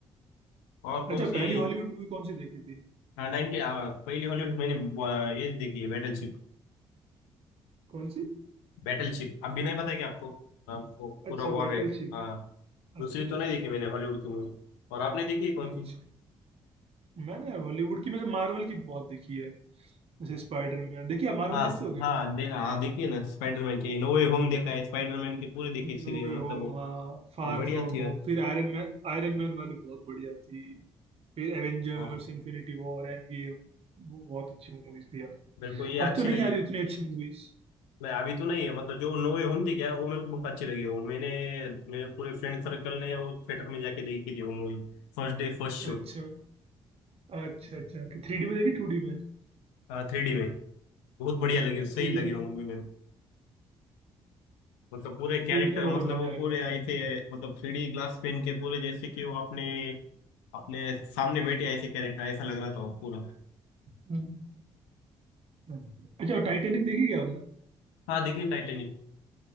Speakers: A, on the left (about 75°); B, on the right (about 45°).
A: और कौन
B: अच्छा
A: सी
B: पहली हॉलीवुड मूवी कौन सी देखी थी
A: हाँ 90 आ, पहली हॉलीवुड मैंने आ, ये देखी है बैटलशिप
B: कौन सी
A: बैटलशिप अब भी नहीं पता है कि आपको आपको पूरा
B: अच्छा
A: वॉर
B: बैटलशिप
A: है हाँ दूसरी
B: अच्छा
A: तो
B: अच्छा
A: नहीं देखी मैंने हॉलीवुड की मूवी और आपने देखी है कौन
B: अच्छा
A: सी
B: मैंने यार हॉलीवुड की में मार्वल की बहुत देखी है जैसे स्पाइडरमैन देखिए आप मार्वल
A: हाँ
B: देखते
A: स-
B: हो क्या
A: हाँ देखा हाँ देखिए ना स्पाइडरमैन की नो वे होम देखा है स्पाइडरमैन की पूरी देखी सीरीज
B: नो वे
A: मतलब
B: होम
A: वो
B: हाँ फार
A: बढ़िया
B: फ्रॉम
A: थी
B: होम फिर आयरन मैन आयरन मैन वाली बहुत बढ़िया थी फिर Avengers
A: हाँ
B: Infinity War Endgame वो बहुत अच्छी मूवीज थी यार
A: मेरे को ये
B: अब
A: अच्छी
B: तो नहीं
A: लगी
B: आ रही उतनी अच्छी मूवीज
A: मैं अभी तो नहीं है मतलब जो नोवे होम थी क्या वो मेरे को बहुत अच्छी लगी वो मैंने मेरे पूरे फ्रेंड सर्कल ने वो थिएटर में जाके देखी थी वो movie first day first show
B: अच्छा अच्छा अच्छा थ्री डी में देखी टू डी में
A: Three D में बहुत बढ़िया लगी सही
B: थ्री
A: लगी
B: डी में तो
A: वो मूवी मेरे को। मतलब पूरे कैरेक्टर
B: थ्री डी में तो
A: मतलब
B: और मजा
A: वो
B: आएगा
A: पूरे आए थे मतलब थ्री डी ग्लास पेन के पूरे जैसे कि वो अपने
B: हम्म,
A: अपने सामने बैठे ऐसे कैरेक्टर ऐसा लग रहा था वो पूरा
B: हम्म। हम्म। अच्छा टाइटेनिक देखी क्या
A: हाँ लेकिन टाइटेनिक